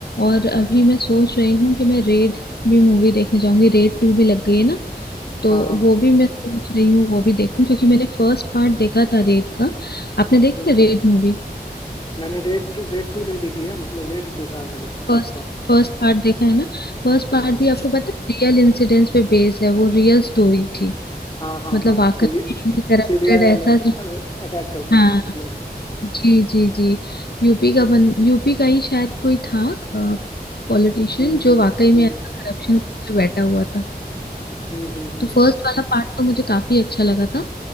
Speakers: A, on the left; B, on the left.
A: और अभी मैं सोच रही हूँ कि मैं रेड भी मूवी देखने जाऊंगी रेड टू भी लग गई है ना तो
B: हाँ हाँ
A: वो भी मैं सोच रही हूँ वो भी देखूं क्योंकि मैंने फर्स्ट पार्ट देखा था रेड का आपने देखा
B: हम्म
A: है Raid movie
B: मैंने रेड रेड टू नहीं देखी है मतलब रेड देखा है मैंने फर्स्ट
A: First
B: पार्ट
A: first part देखा है ना फर्स्ट
B: हाँ
A: पार्ट
B: हाँ
A: भी आपको पता है रियल इंसिडेंट्स पे बेस्ड है वो रियल स्टोरी थी
B: हाँ हाँ
A: मतलब
B: हाँ
A: वाकई
B: सीबी
A: करप्टेड
B: सीबीआई वाले
A: ऐसा
B: अटैक करते
A: हाँ
B: हैं जो मतलब
A: जी जी जी यूपी का बन यूपी का ही शायद कोई था पॉलिटिशियन
B: हम्म
A: जो
B: हम्म
A: वाकई में
B: हम्म
A: ऐसा करप्शन करके बैठा हुआ था
B: हम्म हम्म हम्म।
A: तो फर्स्ट वाला पार्ट तो मुझे काफी अच्छा लगा था